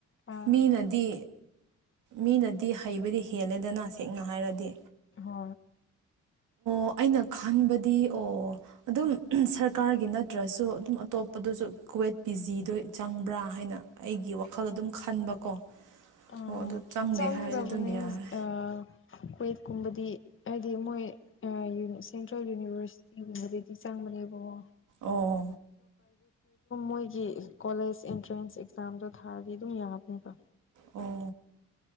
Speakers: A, on the left (about 40°); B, on the right (about 85°).
A: ꯑꯥ
B: ꯃꯤꯅꯗꯤ ꯃꯤꯅꯗꯤ ꯍꯩꯕꯗꯤ ꯍꯦꯜꯂꯦꯗꯅ ꯁꯦꯡꯅ ꯍꯥꯏꯔꯗꯤ
A: ꯍ
B: ꯑꯣ ꯑꯩꯅ ꯈꯟꯕꯗꯤ ꯑꯣ ꯑꯗꯨꯝ ꯁꯔꯀꯥꯔꯒꯤ ꯅꯠꯇ꯭ꯔꯁꯨ ꯑꯗꯨꯝ ꯑꯇꯣꯞꯄꯗꯁꯨ ꯀꯨꯋꯦꯠ ꯄꯤ ꯖꯤꯗꯣ ꯆꯪꯕ꯭ꯔꯥ ꯍꯥꯏꯅ ꯑꯩꯒꯤ ꯋꯥꯈꯜ ꯑꯗꯨꯝ ꯈꯟꯕꯀꯣ
A: ꯑ
B: ꯑꯣ ꯑꯗꯨ ꯆꯪꯗꯦ
A: ꯆꯪꯕꯅꯤ
B: ꯍꯥꯏꯔꯗꯤ ꯑꯗꯨꯝ ꯌꯥꯔꯦ
A: ꯑ ꯀꯨꯋꯦꯠꯀꯨꯝꯕꯗꯤ ꯍꯥꯏꯗꯤ ꯃꯣꯏ ꯁꯦꯟꯇ꯭ꯔꯦꯜ ꯌꯨꯅꯤꯚꯔꯁꯤꯇꯤꯒꯨꯝꯕꯗꯗꯤ ꯆꯪꯕ ꯑꯔꯤꯕꯉꯣ
B: ꯑꯣ
A: ꯃꯣꯏꯒꯤ ꯀꯣꯂꯦꯖ ꯑꯦꯟꯇ꯭ꯔꯦꯟꯁ ꯑꯦꯛꯖꯥꯝꯗꯣ ꯊꯥꯔꯗꯤ ꯑꯗꯨꯝ ꯌꯥꯕꯅꯦꯕ
B: ꯑꯣ